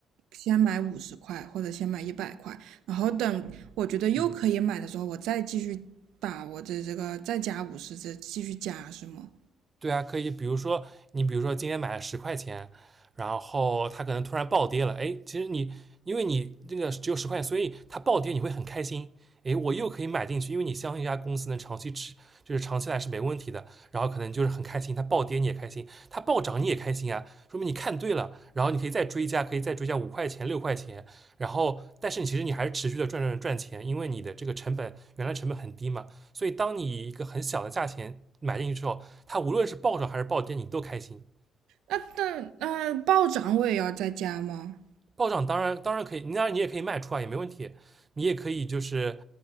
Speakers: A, on the right; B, on the right.
A: 先买五十块，或者先买一百块，然后等我觉得又可以买的时候，
B: 嗯。
A: 我再继续把我的这个再加五十，再继续加是吗？
B: 对啊，可以，比如说你，比如说今天买了十块钱，然后它可能突然暴跌了，哎，其实你因为你这个只有十块钱，所以它暴跌你会很开心，哎，我又可以买进去，因为你相信一家公司能长期持，就是长期来是没问题的，然后可能就是很开心，它暴跌你也开心，它暴涨你也开心啊，说明你看对了，然后你可以再追加，可以再追加五块钱、六块钱，然后但是你其实你还是持续的赚赚赚钱，因为你的这个成本原来成本很低嘛，所以当你以一个很小的价钱买进去之后，它无论是暴涨还是暴跌，你都开心。
A: 那那那暴涨我也要再加吗？
B: 暴涨当然当然可以，当然你也可以卖出啊，也没问题。你也可以就是